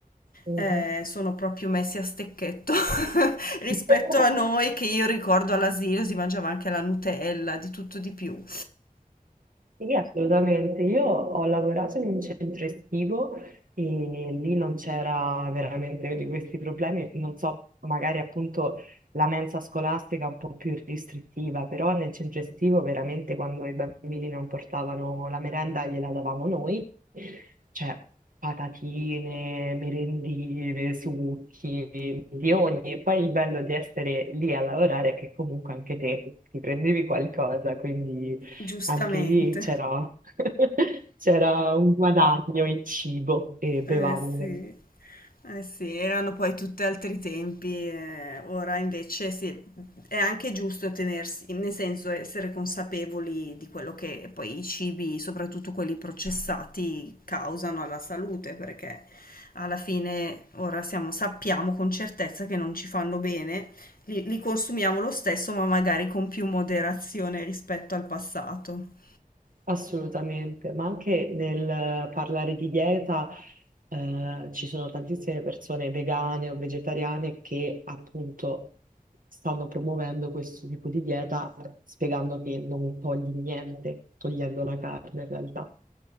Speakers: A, on the right; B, on the left.
A: Mhm.
B: Eh, sono proprio messi a stecchetto <laughs> rispetto
A: <laughs>
B: a noi che io ricordo all'asilo si mangiava anche la Nutella, di tutto di più.
A: Sì, assolutamente. Io ho lavorato in un centro estivo e lì non c'era veramente di questi problemi. Non so, magari appunto la mensa scolastica è un po' più restrittiva, però nel centro estivo veramente quando i bambini non portavano la merenda gliela davamo noi, cioè patatine, merendine, succhi, di ogni. E poi il bello di essere lì a lavorare è che comunque anche te ti prendevi qualcosa, quindi
B: Giustamente.
A: anche lì c'era <laughs> c'era un guadagno in cibo e bevande.
B: Eh sì, eh sì, erano poi tutti altri tempi, eh, ora invece sì, è anche giusto tenersi, nel senso essere consapevoli di quello che poi i cibi, soprattutto quelli processati, causano alla salute, perché alla fine ora siamo- sappiamo con certezza che non ci fanno bene, li li consumiamo lo stesso, ma magari con più moderazione rispetto al passato.
A: Assolutamente, ma anche nel parlare di dieta, eh, ci sono tantissime persone vegane o vegetariane che appunto stanno promuovendo questo tipo di dieta spiegando che non togli niente, togliendo la carne in realtà.